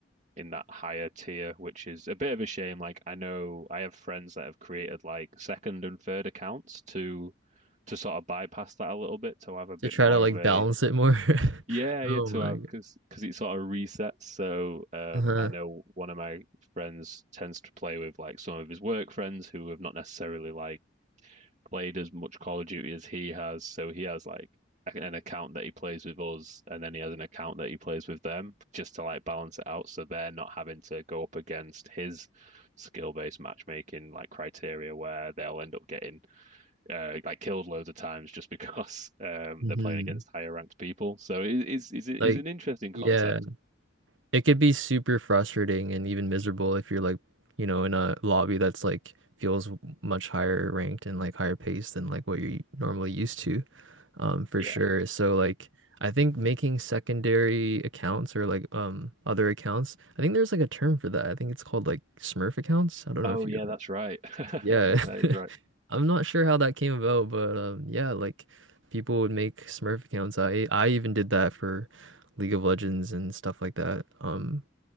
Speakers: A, on the right; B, on the right.
A: in that higher tier, which is a bit of a shame. Like I know I have friends that have created like second and third accounts to to sort of bypass that a little bit to have a bit
B: to try
A: more
B: to like
A: of a
B: balance it more. <laughs>
A: yeah, yeah,
B: Oh
A: two
B: my
A: hours
B: God.
A: because because it sort of resets. So um,
B: Uh-huh.
A: I know one of my friends tends to play with like some of his work friends who have not necessarily like played as much Call of Duty as he has. So he has like a- an account that he plays with us, and then he has an account that he plays with them just to like balance it out, so they're not having to go up against his skill-based matchmaking like criteria where they'll end up getting uh, like killed loads of times just <laughs> because um,
B: hmm
A: they're playing against higher ranked people. So it is is it
B: Like,
A: is an interesting
B: yeah.
A: concept.
B: It could be super frustrating and even miserable if you're like, you know, in a lobby that's like feels much higher ranked and like higher paced than like what you're normally used to, um, for
A: Yeah.
B: sure. So like I think making secondary accounts or like um other accounts, I think there's like a term for that. I think it's called like Smurf accounts. I don't know
A: Oh
B: if
A: yeah,
B: you ever,
A: that's right. <laughs> that
B: yeah. <laughs>
A: is
B: I'm not sure how that came about, but um yeah, like people would make Smurf accounts. I I even did that for League of Legends and stuff like that. Um